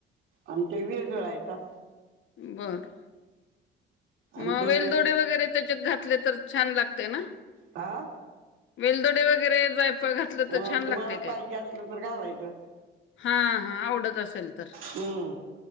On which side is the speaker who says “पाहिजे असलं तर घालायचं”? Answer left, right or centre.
Right